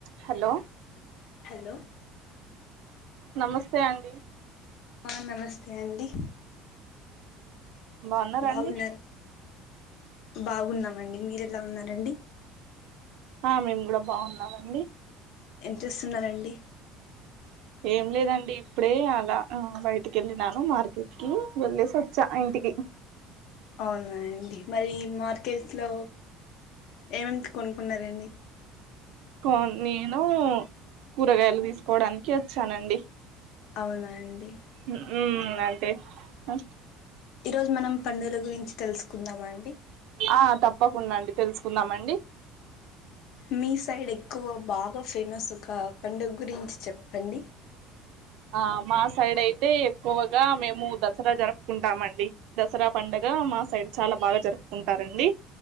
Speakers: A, on the right (about 70°); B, on the left (about 70°).
A: Hello
B: hello
A: నమస్తే అండి
B: ఆ నమస్తే అండి
A: బాన్నార
B: బాగున్నారు
A: అండి
B: బాగున్నామండి మీరెలా ఉన్నారండి
A: హా మేమ్ గూడా బావున్నామండి
B: ఏం చేస్తున్నరండి
A: ఏం లేదండి ఇప్పుడే అలా ఆ బయటికెళ్ళినాను మార్కెట్ కి వెళ్లేసి వచ్చా ఆ ఇంటి కి
B: అవునా అండి మరి మార్కెట్లో ఏమేమ్ కొనుక్కున్నరండి
A: కొన్ నేనూ కూరగాయలు దీస్కోడానికి వచ్చానండి
B: అవునా అండి
A: హు ఊ అంటే హా
B: ఈ రోజ్ మనం పండుగుల గురించి తెలుసుకుందాంమం
A: ఆ తప్పకుండా అండి తెలుసుకుందామండి
B: మీ సైడెక్కువ బాగా ఫేమస్సొక పండుగ్ గురించి చెప్పండి
A: ఆ మా సైడైతే ఎక్కువగా మేము దసరా జరుపుకుంటామండి దసరా పండగ గా మా సైడ్ చాలా బాగా జరుపుకుంటారండి